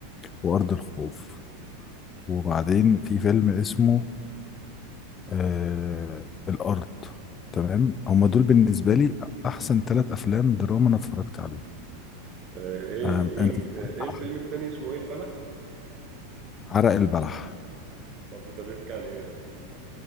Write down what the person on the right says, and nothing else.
آه ايه
مين
آه ايه
الفيلم التاني اسمه ايه البلح
طب ده بيحكي عن ايه ده